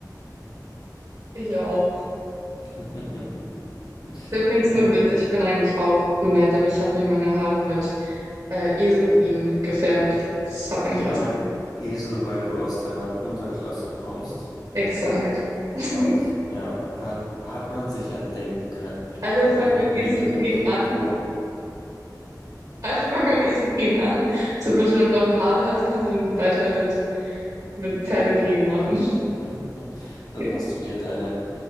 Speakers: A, on the right; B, on the left.
A: ich auch.
B: <laughs>
A: Übrigens
B: Aber,
A: nur ein Witz, ich bin eigentlich auch brünett, aber ich habe mir meine Haare mit äh, Eselurin gefärbt. Das hat eigentlich ganz
B: ah,
A: gut.
B: Esel, weil du aus der Unterklasse kommst.
A: Exakt. <laughs>
B: Habe ich, ja, hat, hat man sich ja denken können.
A: Alle
B: Ich habe
A: fangen
B: dich noch
A: mit
B: nie
A: Eselurin
B: mit einem Purpur.
A: an. Alle fangen mit Eselurin an. So, bitte, wenn du blonde Haare hast, kannst du dann weiter mit, mit Pferdeurin machen. <laughs>
B: <laughs> Dann
A: Ja.
B: hast du dir deine,